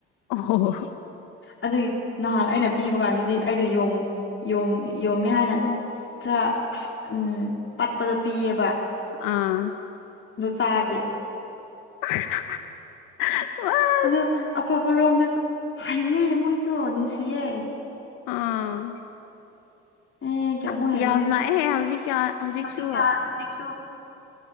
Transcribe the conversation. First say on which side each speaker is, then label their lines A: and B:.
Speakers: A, on the left; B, on the left.
A: ꯑꯣ
B: ꯑꯗꯨꯒꯤ ꯅꯍꯥꯟ ꯑꯩꯅ ꯄꯤꯕ ꯀꯥꯟꯗꯗꯤ ꯑꯩꯗꯣ ꯌꯦꯣꯡꯉꯦ ꯍꯥꯏꯅ ꯑꯗꯨꯝ ꯈꯔ ꯎꯝ ꯄꯠꯄꯗ ꯄꯤꯌꯦꯕ
A: ꯑꯥ
B: ꯁꯥꯗꯦ
A: <unintelligible> ꯑꯁ
B: ꯑꯗꯣ ꯑꯐꯕ ꯔꯣꯝꯗ ꯍꯩꯌꯦ ꯃꯣꯏꯁꯨ ꯅꯨꯡꯁꯤꯌꯦ
A: ꯑꯥ
B: ꯑꯦ ꯀꯌꯥꯃꯨꯛ
A: ꯑꯁ
B: ꯍꯩꯕ꯭ꯔꯥ
A: ꯌꯥꯝ ꯂꯥꯛꯑꯦ ꯍꯧꯖꯤꯛꯀ ꯍꯧꯖꯤꯛꯁꯨ
B: ꯍꯧꯖꯤꯛ ꯀꯌꯥ ꯍꯧꯖꯤꯛꯁꯨ